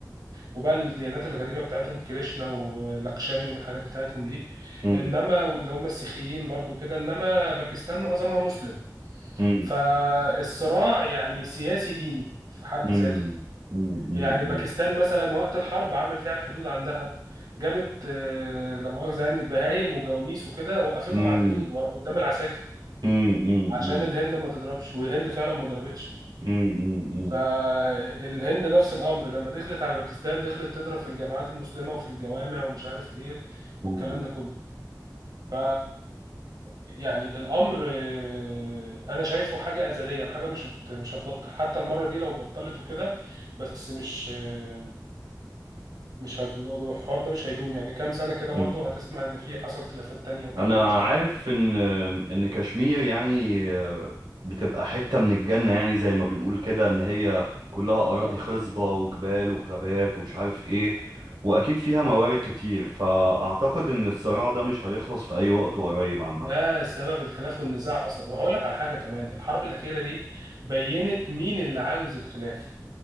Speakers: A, on the right; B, on the right.
A: وبقى الديانات الغريبة بتاعتهم كريشنا ولاكشامي والحاجات بتاعتهم دي
B: امم
A: انما واللي هم السيخيين برضو كده انما باكستان معظمها مسلم
B: امم
A: فالصراع يعني سياسي ديني في حد
B: امم
A: ذاته
B: امم
A: يعني باكستان
B: امم
A: مثلا وقت الحرب عملت ايه على الحدود عندها جابت آه، لا مؤاخذة يعني بهايم وجواميس وكده وقفتهم
B: امم
A: على الحدود ورا- قدام العساكر
B: امم امم
A: عشان الهند ما تضربش والهند فعلا ما ضربتش
B: امم
A: فالهند نفس الامر لما دخلت على باكستان دخلت تضرب في الجامعات المسلمه وفي الجوامع ومش عارف ايه
B: امم
A: والكلام ده كله ف يعني الامر آه، انا شايفه حاجه ازليه حاجه مش هت... مش هتبطل حتى المره دي لو بطلت وكده بس مش آه، مش هت... الحوار ده مش هيدوم يعني كام سنه كده برضو
B: امم
A: هتسمع ان في حصل خلافات تانية وكده
B: انا
A: ومش عارف
B: عارف
A: ايه
B: ان ان كشمير يعني بتبقى حتة من الجنة يعني زي ما بنقول كده ان هي كلها اراضي
A: اه
B: خصبة وجبال وغابات ومش عارف ايه واكيد فيها موارد كتير فاعتقد ان الصراع ده مش هيخلص في اي وقت قريب عامة
A: ده سبب الخلاف والنزاع اصلا وهقول لك على حاجه كمان الحرب الاخيره دي بينت مين اللي عاوز الخلاف